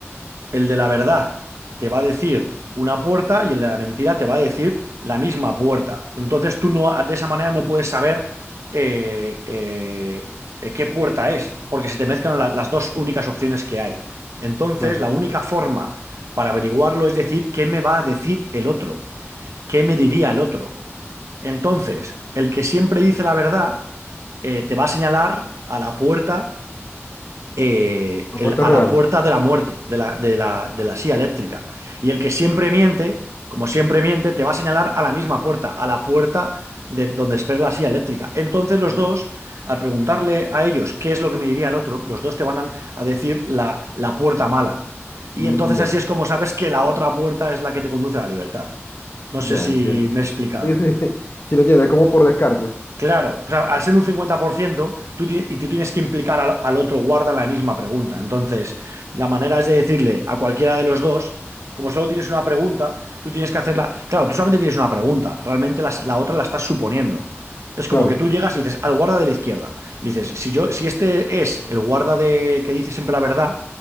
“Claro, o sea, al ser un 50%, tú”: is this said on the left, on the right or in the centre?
Right